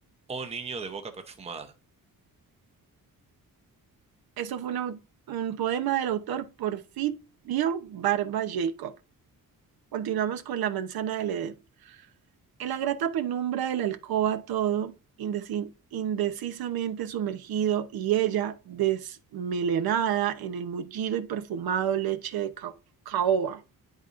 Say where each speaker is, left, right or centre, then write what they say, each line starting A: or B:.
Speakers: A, on the right; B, on the right.
A: oh niño de boca perfumada.
B: Esto fue un, au- un poema del autor Porfirio Barba Jacob. Continuamos con La manzana del Edén. En la grata penumbra de la alcoba todo, indeci- indecisamente sumergido, y ella desmelenada en el mullido y perfumado leche de ca- caoba.